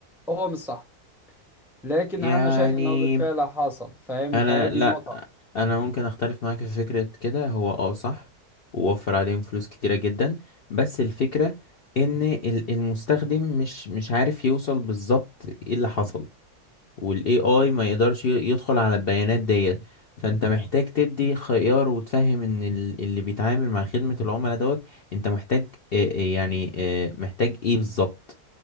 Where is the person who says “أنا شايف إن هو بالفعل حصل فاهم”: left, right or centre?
Centre